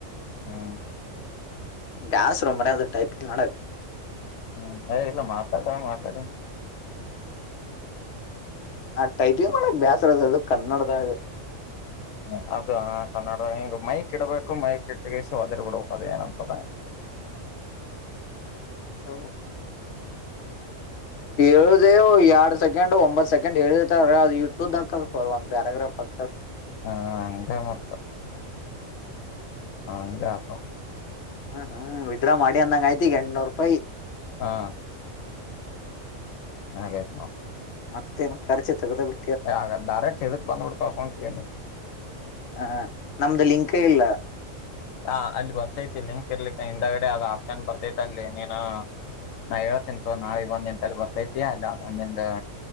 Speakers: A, on the left; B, on the left.
A: ಹ್ಮ.
B: ಬ್ಯಾಸರೋ ಮನ್ಯಾಗ್ ಅದು ಟೈಪ್ ಮಾಡಕ್.
A: ಹ್ಮ್ ಹ ಇಲ್ಲ ಮಾತಾಡ ಮಾತಾಡಿ.
B: ಆ ಟೈಪಿಂಗ್ ಮಾಡಕ್ ಬ್ಯಾಸ್ರ ಅದ. ಕನ್ನಡದಾಗ.
A: ಹ್ಮ ಅದು ಕನ್ನಡ ಹಿಂಗ್ ಮೈಕ್ ಇಡ್ಬೇಕು ಮೈಕ್ ಇಟ್ಟಗಸ ಒದಿರ್ ಬಿಡ್ಬೇಕ ಅದ ಏನಂತದಂಗಗೆ.
B: <unintelligible> ಇ ಎರಡ್ ಸೆಕೆಂಡ್ ಒಂಬತ್ ಸೆಕೆಂಡ್ ಹೇಳಿರ್ತಾರ ಅದು ಇಟ್ಟ ಉದ್ದ ಆಗ್ತಾದಪಾ ಒಂದ್ ಪ್ಯಾರಾಗ್ರಾಫ್ ಆಗ್ತದ.
A: ಹಾ ಹ ಮತ್ತ. ಹಂಗ ಆತಲ.
B: ಹ್ಮ್ ಹ್ಮ್ ವಿದ್ರಾ ಮಾಡಿ ಅಂದಂಗ ಆಯತಿ ಈಗ ಎಂಟ್ನೂರು ರೂಪಾಯಿ.
A: ಹಾ. ಹಾಯ್ತ್ ನಾವು.
B: ಮತ್ತೇನ್ ಖರ್ಚೆ ತಗದ ಬಿ
A: ಯ ಅಗ ಡಾರೆರೆಕ್ಟ್ ಬಂದ ಬಿಡ್ತಾವ್ ಅಕೌಂಟ್ಗೆ.
B: ಹಾ. ನಮ್ದು ಲಿಂಕ ಇಲ್ಲ.
A: ಹ ಅಲ್ಲಿ ಬರ್ತೈತಿ ಲಿಂಕ್ ಇರ್ಲಿಕ್ಕೆ ಹಿಂದಗಡೆ ಅದು ಆಪ್ಷನ್ ಬರ್ತೈತಿ ಅಲ್ಲಿ ನೀನು ನಾ ಹೇಳುತ್ತೇನೆ ತಗೋ ನಾಳೆಗ ಬಂದ ನಿಂತಲ್ಲಿ ಬರ್ತೈತಿ ಅಲ್ಲಿ ನಿಮ್ದ